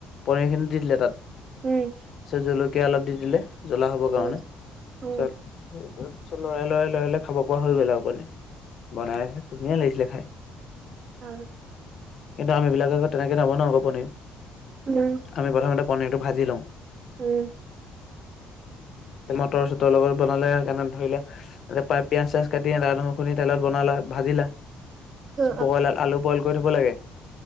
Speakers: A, on the left (about 55°); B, on the right (about 50°).
A: পনিৰ খিনি দি দিলে তাত
B: উম
A: তাছত জলকীয়া অলপ দি দিলে জ্বলা হ'বৰ
B: উম
A: কাৰণে
B: উম
A: চত সেই তাৰ পিছত লৰাই লৰাই লৰাই খাব পৰা হৈ গ'ল আৰু মানে বনাই আছে ধুনিয়া লাগিছিলে খাই
B: উ
A: কিন্তু আমি বিলাক আকৌ তেনেকৈ নবনাও আক'পনীৰ
B: উম
A: আমি প্ৰথমে পনীৰটো ভাজি লওঁ
B: উম
A: মটৰ চটৰ লগত বনালে সেইকাৰণে ধৰিলে এতে পায় পিয়াজ চিয়াজ কাতি আদা নহৰুখিনি তেলত বনালে ভাজিলে
B: অ
A: বইলল আলু বইল কৰি থব লাগে